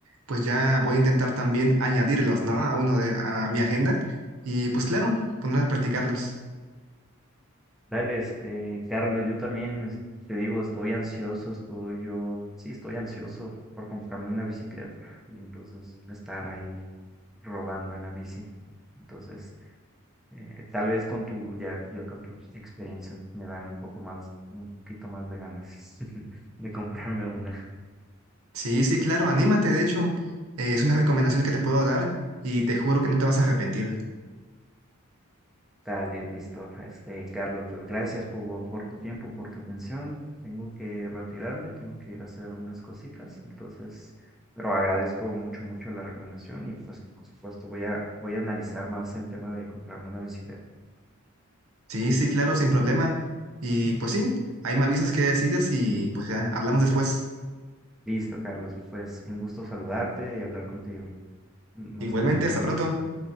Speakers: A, on the right; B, in the centre.
A: pues ya voy a intentar también añadirlos, ¿no? A uno de, a mi agenda. Y pues claro, poner a practicarlos.
B: Dale, este, Carlos, yo también es- te digo, estoy ansioso, estoy yo, sí, estoy ansioso por comprarme una bicicleta y entonces estar ahí robando en la bici. Entonces, eh, tal vez con tu, ya, yo con tus experiencias me dan un poco más, un poquito más de ganas <laughs> de comprarme una.
A: Sí, sí, claro, anímate, de hecho, eh, es una recomendación que te puedo dar y te juro que no te vas a arrepentir.
B: Dale, listo. Este, Carlos, pues gracias por, por tu tiempo, por tu atención. Tengo que retirarme, tengo que ir a hacer unas cositas, entonces, pero agradezco mucho, mucho la recomendación y pues, por supuesto, voy a, voy a analizar más el tema de comprarme una bicicleta.
A: Sí, sí, claro, sin problema. Y pues sí, ahí me avisas qué decides y pues ya, hablamos después.
B: Listo, Carlos, pues un gusto saludarte y hablar contigo. Nos
A: Igualmente,
B: estamos viendo
A: hasta
B: la
A: pronto.
B: próxima.